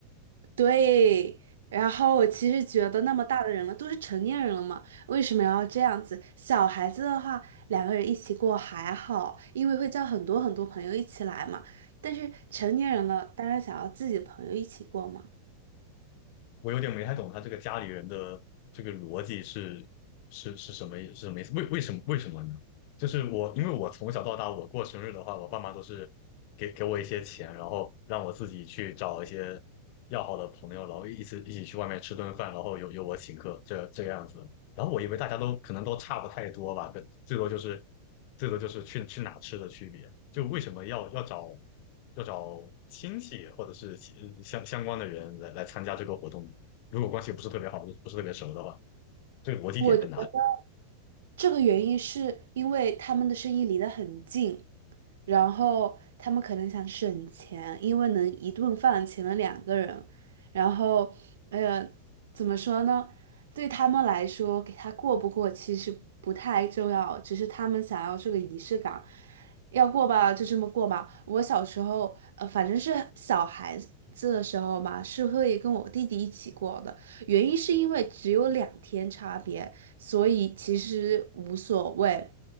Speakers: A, on the right (about 80°); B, on the left (about 55°).
A: 对，然后我其实觉得那么大的人了，都是成年人了嘛，为什么要这样子？小孩子的话，两个人一起过还好，因为会叫很多很多朋友一起来嘛。但是成年人了，当然想要自己的朋友一起过嘛。
B: 我有点没太懂他这个家里人的这个逻辑是是是什么意是什么意思？为为什么为什么呢？就是我因为我从小到大，我过生日的话，我爸妈都是给给我一些钱，然后让我自己去找一些要好的朋友，然后一起一起去外面吃顿饭，然后由由我请客，这这个样子。然后我以为大家都可能都差不太多吧，可最多就是最多就是去去哪吃的区别。就为什么要要找？要找亲戚或者是其相相关的人来来参加这个活动。如果关系不是特别好，不是不是特别熟的话，这个逻辑点在哪里？
A: 我。觉得。这个原因是因为他们的生意离得很近，然后他们可能想省钱，因为能一顿饭请了两个人，然后，呃，怎么说呢？对他们来说，给他过不过其实不太重要，只是他们想要这个仪式感，要过吧就这么过吧。我小时候，呃，反正是小孩子的时候嘛，是会跟我弟弟一起过的，原因是因为只有两天差别。所以其实无所谓。